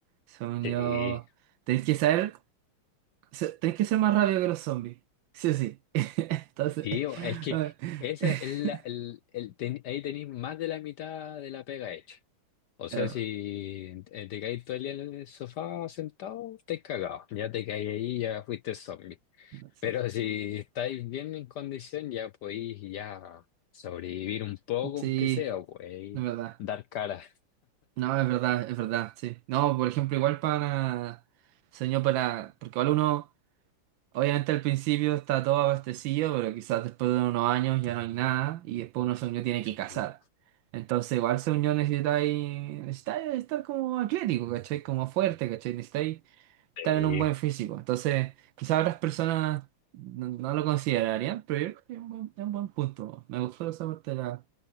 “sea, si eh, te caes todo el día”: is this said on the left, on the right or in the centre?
Left